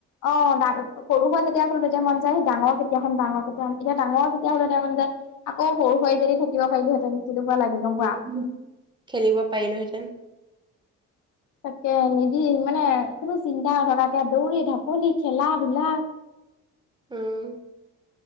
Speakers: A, on the left; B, on the right.
A: অ। <unintelligible> সৰু হৈ যেতিয়া আছিলো তেতিয়া মন যায়, ডাঙৰ কেতিয়া হম। ডাঙৰ কেতিয়া হম। এতিয়া ডাঙৰ যেতিয়া হলো তেতিয়া মন যায়, আকৌ সৰু হৈ যদি থাকিব পাৰিলোহেঁতেন? তেনেকুৱা লাগে গম পোৱা।
B: উম, খেলিব পাৰিলোহেঁতেন?
A: তাকে নিদি মানে কোনো চিন্তা নথকাকে দৌৰি ঢাপলি, খেলা ধূলা।
B: উম,